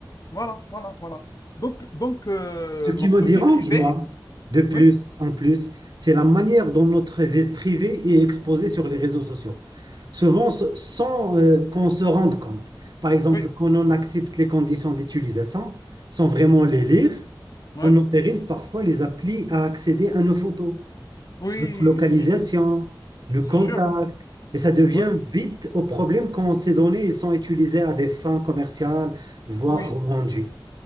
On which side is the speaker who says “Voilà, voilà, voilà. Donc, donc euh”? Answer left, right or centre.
Left